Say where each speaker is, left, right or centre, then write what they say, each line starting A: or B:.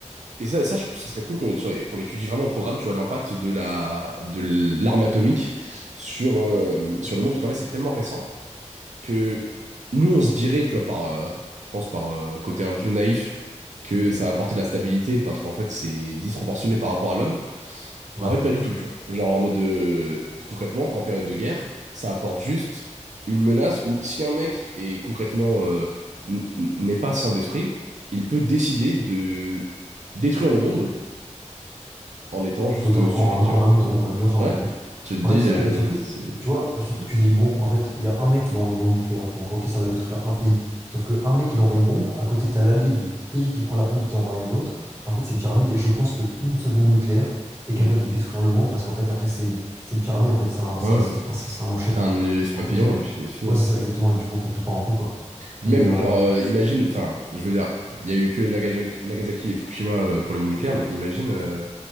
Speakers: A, on the right; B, on the right.
A: Et ça, ça, je- ça serait cool qu'on ait- soit- qu'on étudie vraiment au programme, tu vois, l'impact de la, de l'arme atomique sur, euh, sur le monde, parce qu'en fait, c'est tellement récent que nous, on se dirait, tu vois, par, euh, je pense, par euh, côté un peu naïf, que ça apporte de la stabilité, parce qu'en fait, c'est disproportionné par rapport à l'homme.
B: ouais.
A: Mais en fait, pas du tout, tu vois. Genre en mode de... Concrètement, en période de guerre, ça apporte juste une menace où si un mec est concrètement euh, n- n- n'est pas sain d'esprit, il peut décider de détruire le monde en étant juste
B: Tout
A: euh,
B: en,
A: stupide,
B: en-
A: tu
B: en
A: vois.
B: un bouton, en appuyant sur
A: Ouais.
B: un bouton.
A: Tu te dis,
B: En fait, c'est ça,
A: euh,
B: et surtout,
A: c'est... c'est-
B: tu vois, surtout
A: terrible.
B: tu dis, bon, en fait, il y a un mec qui va envoyer une bombe nucléaire, donc ok, ça va détruire un pays. Sauf que un mec qui envoie une bombe, à côté, t'as l'allié du pays qui prend la bombe qui envoie une autre. En fait, c'est une pyramide, et je pense qu'une seule bombe nucléaire est capable
A: Oui.
B: de détruire le monde, parce qu'en fait, après, c'est une, c'est une pyramide, en fait, c'est un,
A: Ouais,
B: c'est,
A: ouais.
B: c'est- enfin, c'est- c'est un enchaînement.
A: C'est un effet
B: Et
A: papillon
B: en fait, euh,
A: et puis c'est fini.
B: ouais,
A: hein.
B: c'est ça, exactement, et du coup, en fait, tout part en couille, quoi.
A: Même,
B: Mais, euh,
A: genre, euh, imagine, enfin, je veux dire, il y a eu que Nagasaki, Nagasaki et Fukushima euh, pour les bombes nucléaires, mais imagine, euh,